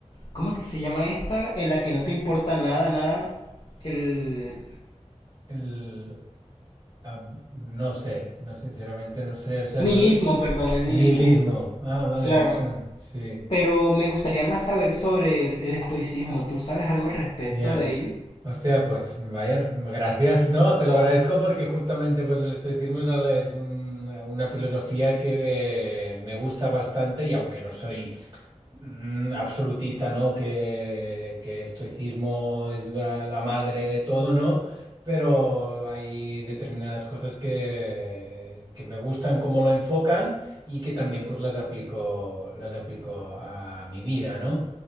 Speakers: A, on the left; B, on the right.
A: ¿Cómo es que se llama esta? En la que no te importa nada, nada. El
B: El, ah, no sé, no, sinceramente no sé, o sea,
A: nihilismo,
B: no-
A: perdón, el
B: nihilismo.
A: nihilismo.
B: Ah, vale,
A: Claro.
B: me suena, sí.
A: Pero me gustaría más saber sobre el, el estoicismo. ¿Tú sabes algo al respecto
B: Ya.
A: de ello?
B: Hostia, pues vaya, gracias, ¿no? Te lo agradezco porque justamente pues el estoicismo es, la- es un- una filosofía que me gusta bastante y aunque no soy mm, absolutista, ¿no? Que, que estoicismo es la, la madre de todo, ¿no? Pero hay determinadas cosas que, que me gustan cómo lo enfocan y que también pues las aplico, las aplico a mi vida, ¿no?